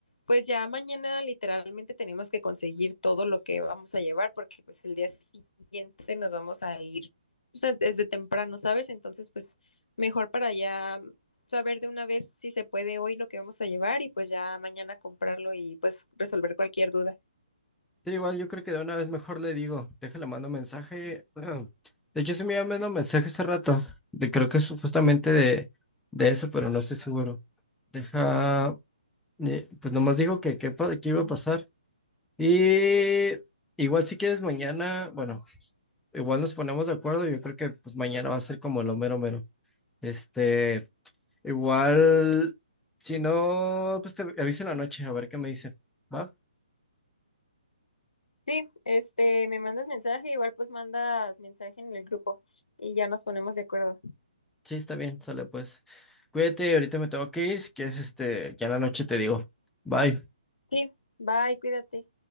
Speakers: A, on the left; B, in the centre.
A: pues ya mañana literalmente tenemos que conseguir todo lo que vamos a llevar porque pues el día siguiente nos vamos a ir o sea, desde temprano, ¿sabes? Entonces pues mejor para ya saber de una vez si se puede hoy lo que vamos a llevar y pues ya mañana comprarlo y pues resolver cualquier duda.
B: Sí, igual yo creo que de una vez mejor le digo, déjale, mando mensaje. <clears throat> De hecho, sí me iba mandando mensaje hace rato, de, creo que es justamente de, de eso, pero no estoy seguro. Deja, eh, pues nomás dijo que, que, pa- que iba a pasar. Y igual si quieres mañana, bueno, igual nos ponemos de acuerdo, yo creo que pues mañana va a ser como lo mero mero. Este... Igual, si no, pues te aviso en la noche a ver qué me dice. ¿Va?
A: Sí, este, me mandas mensaje, igual pues mandas mensaje en el grupo y ya nos ponemos de acuerdo.
B: Sí, está bien, sale pues. Cuídate, ahorita me tengo que ir, si quieres, este, ya en la noche te digo. Bye.
A: Sí, bye, cuídate.